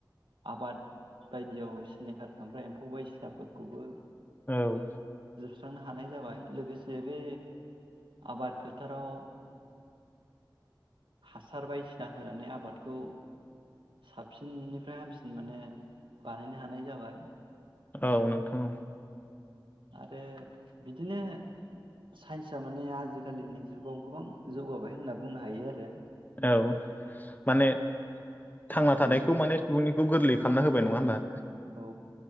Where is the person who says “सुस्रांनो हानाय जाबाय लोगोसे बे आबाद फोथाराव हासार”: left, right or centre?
Right